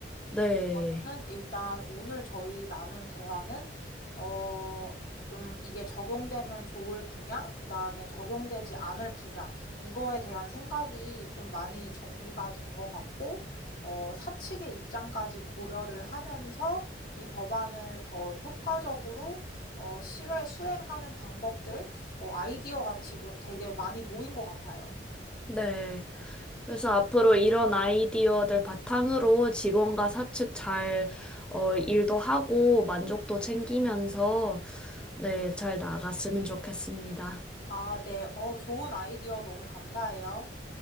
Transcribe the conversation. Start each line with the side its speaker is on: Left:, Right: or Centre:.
Left: 음,
Centre: 네.
Left: 그러면은 일단 오늘 저희 나눈 대화는, 어, 좀 이게 적용되면 좋을 분야, 그 다음에 적용되지 않을 분야, 이거에 대한 생각이 좀 많이 정리가 된 것 같고, 어, 사측의 입장까지 고려를 하면서 이 법안을 더 효과적으로, 어, 실외, 수행하는 방법들, 어, 아이디어가 지금 되게 많이 모인 것 같아요.
Centre: 네. 그래서 앞으로 이런 아이디어들 바탕으로 직원과 사측 잘, 어, 일도 하고 만족도 챙기면서, 네, 잘 나갔으면 좋겠습니다.
Left: 아, 네. 어, 좋은 아이디어 너무 감사해요.